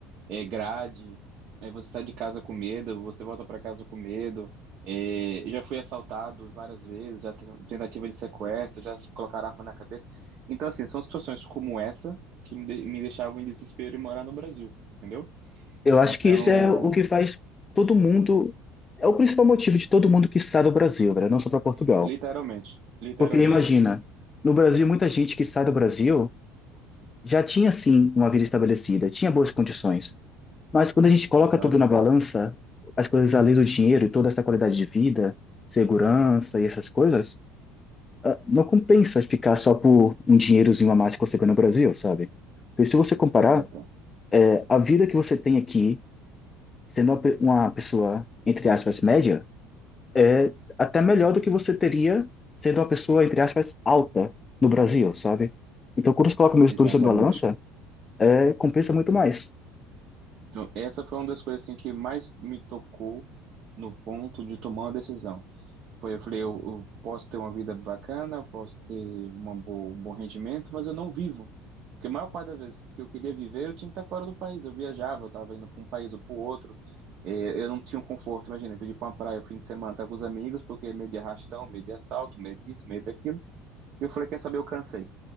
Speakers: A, on the right; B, on the left.
A: é, grade, aí você sai de casa com medo, você volta para casa com medo. É, já fui assaltado várias vezes, já te- tentativa de sequestro, já se colocaram arma na cabeça. Então, assim, são situações como essa que me, de- me deixavam em desespero e morar no Brasil, entendeu?
B: Eu acho
A: Então,
B: que isso é o que faz todo mundo, é o principal motivo de todo mundo que sai do Brasil, velho, não só para Portugal.
A: literalmente, literalmente.
B: Porque imagina, no Brasil, muita gente que sai do Brasil já tinha sim uma vida estabelecida, tinha boas condições. Mas quando a gente coloca
A: Exato,
B: tudo na balança, as coisas além do dinheiro e toda essa qualidade de vida, segurança e essas coisas, ah, não compensa ficar só por um dinheirozinho a mais que você ganha no Brasil, sabe? Porque se você comparar,
A: exata,
B: eh, a vida que você tem aqui, sendo uma pe- uma pessoa, entre aspas, média, é até melhor do que você teria sendo uma pessoa, entre aspas, alta no Brasil, sabe? Então, quando você coloca meu estudo
A: exatamente.
B: sobre a balança, é, compensa muito mais.
A: Então, essa foi uma das coisas assim, que mais me tocou no ponto de tomar uma decisão. Foi, eu falei, eu, eu posso ter uma vida bacana, eu posso ter uma boa, um bom rendimento, mas eu não vivo. Porque a maior parte das vezes que eu que eu queria viver, eu tinha que estar fora do país. Eu viajava, eu estava indo para um país ou para o outro. Eh, Eu não tinha um conforto, imagina, eu pedi para uma praia o fim de semana, estar com os amigos, porque medo de arrastão, medo de assalto, medo disso, medo daquilo. Eu falei, quer saber, eu cansei.